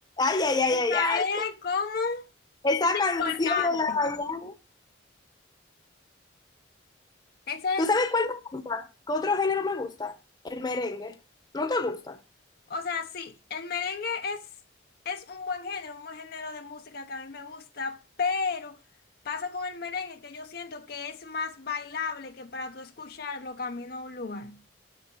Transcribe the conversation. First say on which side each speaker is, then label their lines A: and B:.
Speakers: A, on the left (about 20°); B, on the left (about 50°).
A: ay, ay,
B: Esa
A: ay, ay, ay.
B: es como...
A: Esa
B: Es
A: canción
B: importante.
A: de la mañana.
B: Ese
A: ¿Tú
B: es,
A: sabes cuál me gusta? ¿Qué otro género me gusta? El merengue. ¿No te gusta?
B: o sea, sí, el merengue es, es un buen género, un buen género de música que a mí me gusta, pero pasa con el merengue que yo siento que es más bailable que para tú escucharlo camino a un lugar.